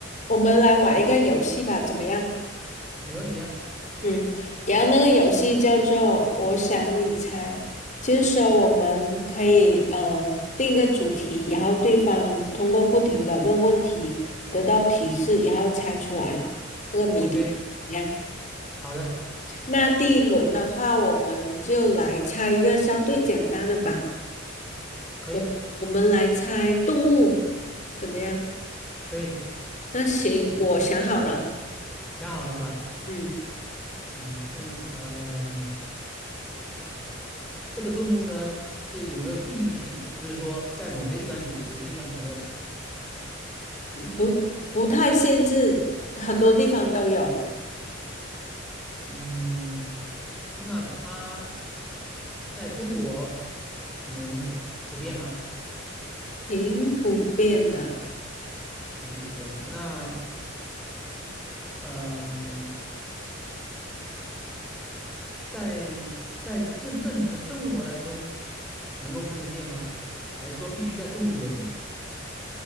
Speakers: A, on the left (about 35°); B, in the centre.
A: 我们来玩一个游戏吧，怎么样？
B: 没问题啊。
A: 嗯，然后那个游戏叫做“我想你猜”，就是说我们可以呃定一个主题，然后对方通过不停的问问题，得到提示，然后猜出来那个谜底。
B: OK，
A: 怎么样？
B: 好的，
A: 那第一轮的话，我们就来猜一个相对简单的吧。
B: 可以，
A: 我我们来猜动物，怎么样？
B: 可以，
A: 那行，我想好了。
B: 想好了是吧？
A: 嗯。
B: 嗯，动物，嗯、这个动物呢是有没有地域性的？就是说，在某些地方有，有些地方是没有的。
A: 不不太限制，很多地方都有，
B: 嗯，那它在中国能普遍吗？
A: 挺普遍的。
B: 挺普遍的。那，嗯、在在正正常的生活当中能够看得见吗？还是说必须在动物园里面？